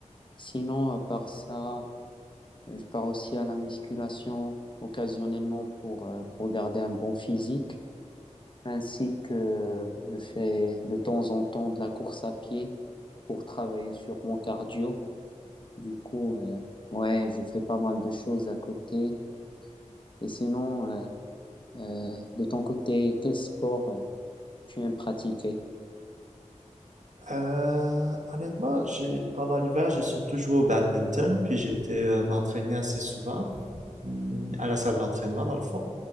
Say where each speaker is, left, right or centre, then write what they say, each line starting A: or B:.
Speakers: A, on the left (about 40°); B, on the right (about 70°).
A: Sinon, à part ça, euh, je pars aussi à la musculation occasionnellement pour, euh, pour garder un bon physique, ainsi que euh, je fais de temps en temps de la course à pied pour travailler sur mon cardio. Du coup, euh, ouais, je fais pas mal de choses à côté. Et sinon, euh, euh, de ton côté, quel sport euh, tu aimes pratiquer?
B: Euh, honnêtement, j'ai pendant l'hiver, j'ai surtout joué au badminton, puis j'ai été euh, m'entraîner assez souvent mm, à la salle d'entraînement, dans le fond,